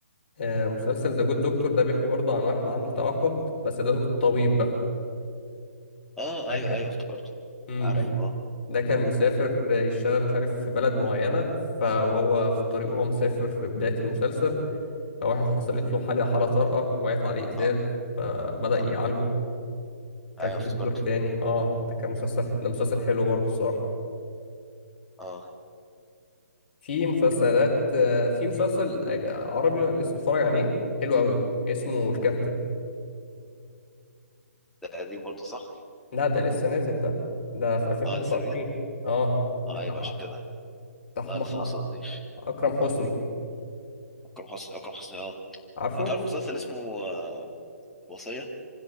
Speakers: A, on the left; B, in the centre.
A: آه مسلسل ذا جود دكتور ده بيحكي برضه عن واحد عنده توحد بس ده دكتور طبيب بقى
B: اه
A: ده
B: ايوه
A: كان
B: ايوه افتكرته
A: مم،
B: عارفه
A: ده
B: اه
A: ده كان مسافر يشتغل مش عارف في بلد معينة فهو في الطريق وهو مسافر في بداية المسلسل فواحد حصلت له حالة حالة طارئة وقعت عليه إزاز
B: اه
A: فبدأ
B: ك-
A: يعالجه كان
B: ايوه
A: في
B: افتكرته
A: دكتور تاني اه ده كان مسلسل ده مسلسل حلو برضه الصراحة
B: اه
A: في مسلسلات آه، في مسلسل أج- عربي أنا لسه بتفرج عليه حلو قوي اسمه الكابتن
B: ده قديم برضه صح
A: لا ده لسه نازل ده ده في 2025
B: اه لسه جديد
A: اه بتاع
B: آه ايوه عشان كده
A: بتاع
B: لا
A: أحمق-
B: لسه ما وصلتليش
A: أكرم حسني
B: اكرم حسني اكرم حسني اه
A: عارفه
B: تعرف مسلسل اسمه آه، الوصيه